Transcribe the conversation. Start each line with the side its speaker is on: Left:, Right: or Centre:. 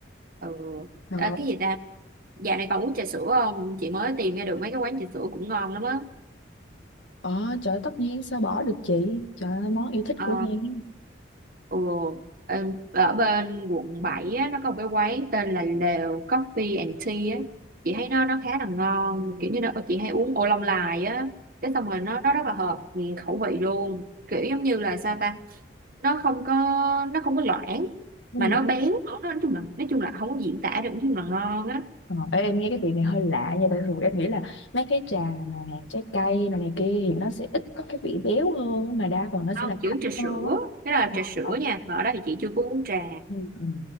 Right: Ừ.
Left: Ờ,
Right: À, cái gì ta Dạo này còn uống trà sữa không? Chị mới tìm ra được mấy cái quán trà sữa cũng ngon lắm á.
Left: ờ trời tất nhiên sao bỏ được chị trời ơi, món yêu thích
Right: Ờ,
Left: của em
Right: ừ, em- ở bên quận 7 á, nó có một cái quán tên là Lều Coffee and Tea á. Chị thấy nó nó khá là ngon, kiểu như nó chị hay uống ô long lài á. Cái xong rồi nó nó rất là hợp nghiền khẩu vị luôn. Kiểu giống như là sao ta? Nó không có nó không có loãng
Left: Ừ.
Right: mà nó béo nữa. Nói chung là nói chung là không có diễn tả được, nói chung là ngon á.
Left: Ờ, ê, em nghe cái vị này hơi lạ nha tại thường em nghĩ là mấy cái trà mà trái cây này, này kia thì nó sẽ ít có cái vị béo hơn á, mà đa phần nó sẽ
Right: Không,
Left: là
Right: chị
Left: thanh
Right: uống trà sữa,
Left: hơn á.
Right: cái đó là
Left: Ờ,
Right: trà sữa
Left: ờ,
Right: nha. Mà ở đó thì chị chưa có uống trà.
Left: ừ. ừ.